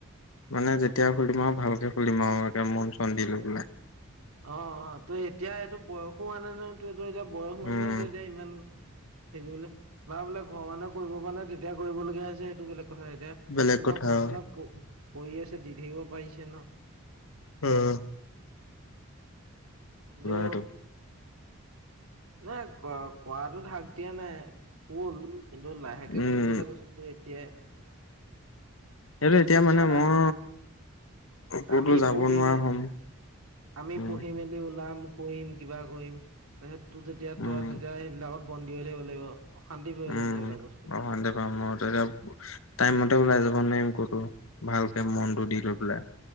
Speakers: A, on the left; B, on the right.
A: মানে যেতিয়া সুুলিম আৰু ভাল খুলিম আও একে মন চন দি লৈ পেলাই
B: অ অ ত এতিয়া এইটো বয়সো হোৱা নাই নয় ত এইটো এতিয়া বয়স নহয়
A: উম।
B: নহয় তই এতিয়া ইমান <unintelligible> বা বোলে ঘৰৰ মানুহে কৰিব পৰা নে তেতিয়া কৰিবলগীয়া হৈছে সেইটো বেলেগ কথা কথা এতিয়া
A: বেলেগ কথা
B: য ঘৰ
A: আৰু।
B: মানে ক কৰি আছে দি থাকিব পাৰিছে ন
A: উম
B: কিন্তো
A: এইটো
B: নাই ক কৰাটো হাক দিয়া নাই খোল কিন্তু লাহেকে
A: উম।
B: খুলিবলৈ কৈছো তো এতিয়াই
A: শেটো এতিয়া
B: পিছত
A: মানে মই
B: আ-
A: ক'তো
B: আমি
A: যাব
B: পুহি
A: নোৱাৰা
B: মেল
A: হ'ম।
B: আমি
A: উম,
B: পুঢ়ি মেলি ওলাম কৰিম কিবা কৰিম তাৰপিছত তোৰ যেতিয়া
A: উম।
B: তই তেতিয়া সেইবিলাকত বন্দী হৈ থাকিব লাগিব অশান্তি পাবি
A: উম
B: মানে এইবিলাক বস্তু
A: প্ৰশান্ত প ম এতিয়া টাইম মতে ওলাই যাব ম ক'তো ভালকে মনটো দি লৈ পেলাই